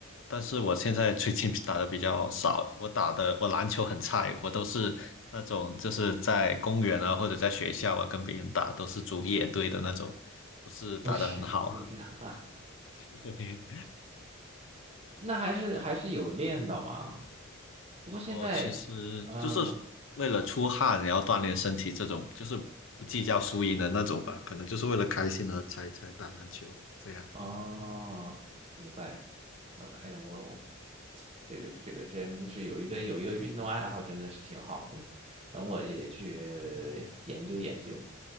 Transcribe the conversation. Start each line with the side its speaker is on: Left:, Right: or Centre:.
Left: 但是我现在最近打的比较少。我打的我篮球很菜，我都是那种就是在公园啊或者在学校啊跟别人打，都是组野队的那种，不是打得很好。
Right: <laughs> 行，我对，对啊。
Left: <laughs> 嘿嘿，
Right: 那还是还是有练到嘛。不过现在，
Left: 哦，其实就是
Right: 嗯，
Left: 为了出汗，然后锻炼身体这种，就是不计较输赢的那种吧，可能就是为了开心而才才打篮球这样。
Right: 哦，明白。呃哎呀，我我这个这个真的是有一个有一个运动爱好，真的是挺好的。等我也去研究研究。